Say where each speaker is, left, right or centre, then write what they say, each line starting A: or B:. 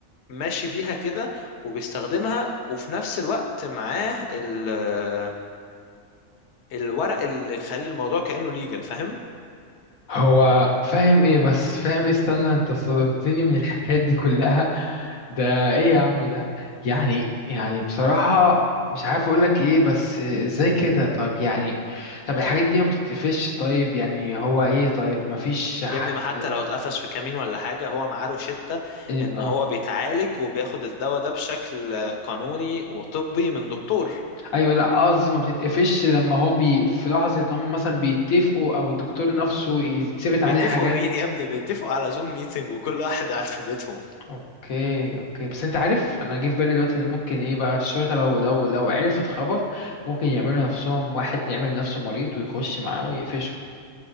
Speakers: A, on the left; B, on the left.
A: ماشي بيها كده وبيستخدمها وفي نفس الوقت معاه ال- الورق اللي يخلي الموضوع كأنه ليجل فاهم
B: هو فاهم ايه بس فاهم ايه استنى انت صدمتني من الحكايات دي كلها ده ايه يا عم ده يعني يعني بصراحة مش عارف اقولك ايه بس ازاي كده طيب يعني طب الحاجات دي ما بتتقفش طيب يعني هو ايه طيب ما فيش حد
A: يا ابني ما حتى لو اتقفش في كمين ولا حاجة هو معاه روشتة
B: اللي-
A: ان
B: اه
A: هو بيتعالج وبياخد الدواء ده بشكل قانوني وطبي من دكتور
B: ايوه لا قصدي ما بتتقفش لما هو بي في لحظة هم مثلا بيتفقوا او الدكتور نفسه يتثبت عليه
A: بيتفقوا
B: حاجات
A: مين يا ابني بيتفقوا على زوم ميتنج وكل واحد قاعد في بيتهم
B: اوكي اوكي بس انت عارف انا جه في بالي دلوقتي ان ممكن ايه بقى الشرطه لو لو لو عرفت خبر ممكن يعملوا نفسهم واحد يعمل نفسه مريض ويخش معاه ويقفشه